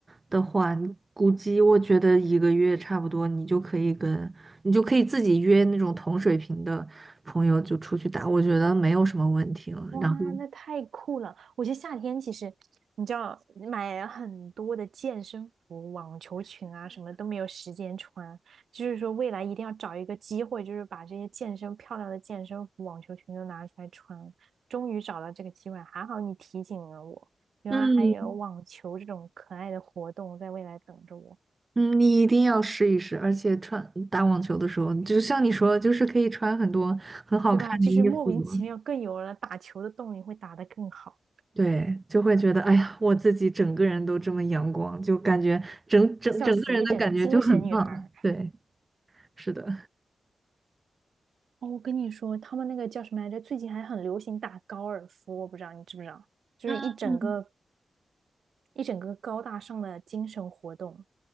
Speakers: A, on the right (about 35°); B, on the right (about 75°).
A: 的话，你估计我觉得一个月差不多，你就可以跟你就可以自己约那种同水平的朋友就出去打，我觉得没有什么问题了。
B: 哇，
A: 然后，
B: 那太酷了！我觉得夏天其实，你知道，买很多的健身服、网球裙啊，什么都没有时间穿。就是说，未来一定要找一个机会，就是把这些健身漂亮的健身服、网球裙都拿出来穿。终于找到这个机会，还好你提醒了我，原来还有网球这种可爱的活动在未来等着我，
A: 嗯嗯，你一定要试一试，而且穿打网球的时候，就像你说的，就是可以穿很多很好看的衣服嘛。
B: 对吧？就是莫名其妙更有了打球的动力，会打得更好，
A: 对，就会觉得，哎呀，我自己整个人都这么阳光，就感觉整整整个人的感觉就很棒。
B: 笑死一整个精神女孩儿。
A: 对。是的，
B: 哦，我跟你说，他们那个叫什么来着？最近还很流行打高尔夫，我不知道你知不知道，就是一整个
A: 嗯，
B: 一整个高大上的精神活动，